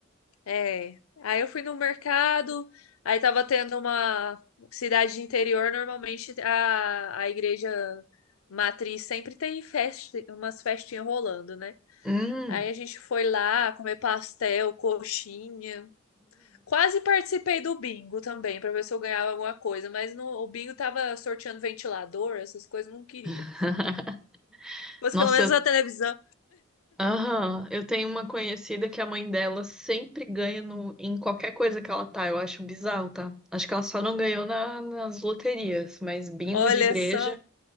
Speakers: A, on the left; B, in the centre.
A: é. Aí eu fui no mercado, aí tava tendo uma cidade de interior, normalmente a, a igreja matriz sempre tem festa, umas festinhas rolando, né?
B: Hum.
A: Aí a gente foi lá comer pastel, coxinha. Quase participei do bingo também, pra ver se eu ganhava alguma coisa, mas no, o bingo tava sorteando ventilador, essas coisas, não queria.
B: <laughs>
A: Mas
B: Nossa,
A: pelo menos
B: eu,
A: na televisão,
B: aham, eu tenho uma conhecida que a mãe dela sempre ganha no, em qualquer coisa que ela tá. Eu acho bizarro, tá? Acho que ela só não ganhou na- nas loterias, mas bingo
A: olha
B: de igreja,
A: só,